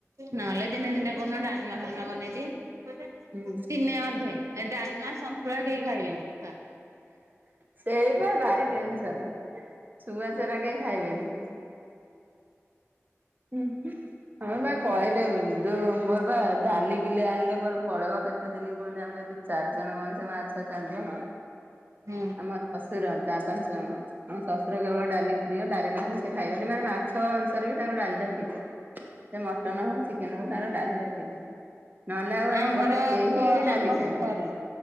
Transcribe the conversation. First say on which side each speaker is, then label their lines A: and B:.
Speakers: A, on the right; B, on the right.
A: ନହେଲେ ଦିନେ ଦିନେ କଉ ଦିନ ଡାଲମା ଫାଲମା ବନେଇ ଦିଏ
B: ହୁଁ
A: ଦିନେ ଅଧେ ନା ସନ୍ତୁଳା କେହି ଖାଇବେନି ଛୁଆ
B: ସେଇପାଇ ଭାରି ଟେନସନ। ଶୁଗ ଚାରା କେହି ଖାଇବେନି। ହଁ ହ ବା କହିଲେ ଯୋଉ ମୋର ବା ଡାଲି ିଲେ ଆଣିଲେ ମୋର ପଳେଇ କେତେ ଦିନ କୁହନି ଆମେ ଯଦି ଚାର ଜଣ ମଣିଷଛ ଚାାରି ଜଣ
A: ହୁଁ
B: ଆମ ଶଶୁର ଚାର ପାଞ୍ଚ ଜଣ ଶଶୁର କେବଳ ଡାଲି ପ୍ରି ଡାଲି ନହଲେ ସେ ଖାଇଦଲେ ମାନେ ମାଛ ଅନୁସାରେ ବି ତାଙ୍କର ଡାଲି ସେ ମଟନ ହଉ ଚିକେନ ହଉ ତାର ଡାଲିଟା ଥିବ। ନହେଲେ ଆଉ ଆମ
A: ଆମର
B: ଘରେ କେହି
A: ପୁଅ
B: ଡାଲି
A: ଆମ
B: ଖାଇବେନି।
A: ପୁଅର